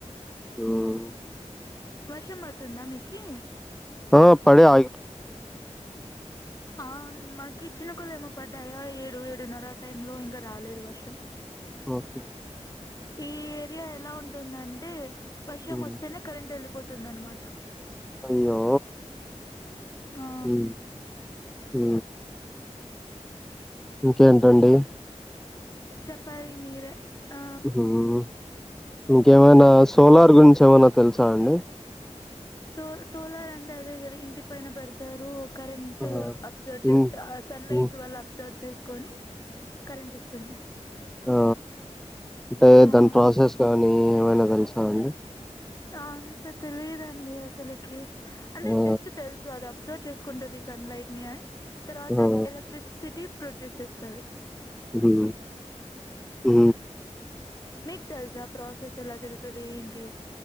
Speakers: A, in the centre; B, on the left (about 30°).
A: హ్మ్.
B: వర్షం పడుతుంద మీకీ
A: ఆ పడే ఆ
B: అ మ కిచ్చెన్ కులు ఏమో పడ్డాయా ఏడు ఏడున్నర ఆ టై లో ఇంకా రాలేదు వర్షం
A: ఓకే
B: ఈ ఏరియా ఎలా ఉంటుందంటే వర్షం
A: ఉమ్
B: వస్తేనే కరెంట్ వెళ్ిపోతుంది వస్తుందన్నమాట
A: అయ్యో
B: ఆ
A: హు హ ఇంకేంటండి
B: చెప్పాలి మీరే ఆ
A: ఉమ్ ఇంకేమైనా సోలార్ గురించి ఏమైనా తెలుసాండి
B: సోల్ సోలార్ అంటే అదే కదా ఇంటీ పైన పేరు స్తారు కరెంట్
A: ఆ
B: అబ్జర్వ్ చే
A: ఇన్
B: సన్లైట్
A: ఇన్
B: వల్ల అబ్జర్వ్ చే కొని కరెంట్ ఇస్తుంది
A: హ అంటే
B: ఆ
A: దాని ప్రాసెస్ కానీ ఏమైనా తెలుసా అండీ
B: ఆ అంత తెలిదండి అసలికి అంటే
A: ఆ
B: జస్ట్ తెలుసు అది అబ్సర్వ్ చేసుక్ కుంటుది సన్ లైట్ న్యా తర్వాత
A: ఆ
B: ఎలక్ట్రిక్ సిటీ ప్రొడ్యూస్ చేస్తావి
A: హు హు
B: మీకు తెలుసా ప్రాసెస్ ఎలా జరుగుతది ఏంటి